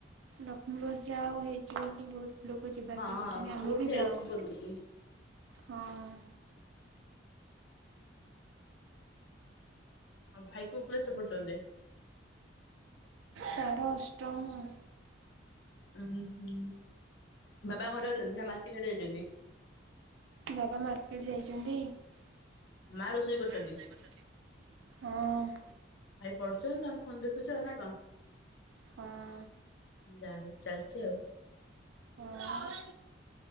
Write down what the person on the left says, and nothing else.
ହଁ
ବହୁତ
ହେଲ୍ପ
କରୁଛି।
ଆଉ ଭାଇ କୋଉ କ୍ଲାସ୍ ରେ ପଢୁଛନ୍ତି?
ଉଁହୁଁ ହୁଁ, ବାବା ଘରେ ଅଛନ୍ତି ନା ମାର୍କେଟ ଆଡେ ଯାଇଛନ୍ତି?
ମା ରୋଷେଇ କରୁଛନ୍ତି ଭାଇ ପଢୁଛନ୍ତି ତମେ ଫୋନ୍ ଦେଖୁଛ ନା କଣ?
ଯା ହଉ ଚାଲିଛି ଆଉ।